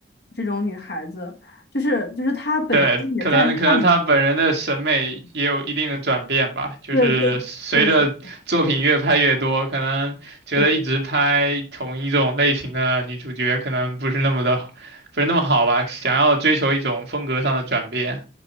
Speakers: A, on the left; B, on the right.
A: 这种女孩子，就是就是她本身也在放，
B: 对，可能可能她本人的审美也有一定的转变吧，就是随着作品越拍越多，
A: 对对对
B: 可能觉得一直拍同一种类型的女主角可能不是那么的，
A: 对，
B: 不是那么好吧，想要追求一种风格上的转变，